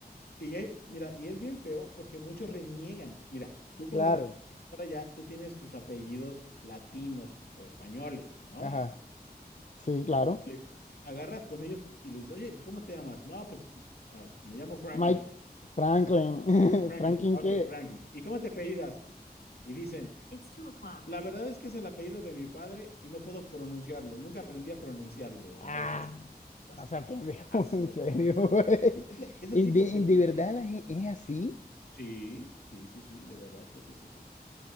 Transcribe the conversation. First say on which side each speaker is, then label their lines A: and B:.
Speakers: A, on the left; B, on the left.
A: y hay- mira, y es bien feo porque muchos reniegan. Mira, tú
B: Claro,
A: cuando para allá, tú tienes tus apellidos latinos o españoles, ¿no?
B: ajá, sí, claro.
A: Y les- agarras con ellos y les dices, oye, ¿cómo te llamas? No, pues as- me llamo Franklin.
B: Mike Franklin,
A: Franklin,
B: <laughs> Franklin
A: ok,
B: que...
A: Franklin. ¿Y cómo te apellidas? Y dicen, It's two o'clock. la verdad es que es el apellido de mi padre y no puedo pronunciarlo. Nunca aprendí a pronunciarlo. Le digo,
B: Ah,
A: ay, no seas, seas
B: no se pendejo,
A: payaso.
B: <laughs> en serio. güey.
A: Ese, ese
B: ¿Y
A: tipo
B: ¿De, y
A: de...
B: de
A: com-
B: verdad
A: Sí,
B: la gen- es así?
A: sí, sí, sí, sí, de verdad que sí es así.